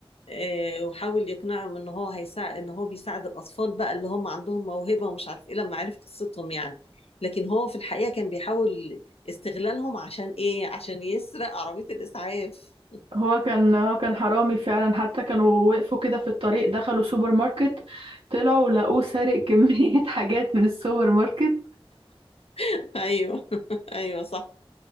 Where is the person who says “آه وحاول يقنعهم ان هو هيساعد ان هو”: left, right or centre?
Left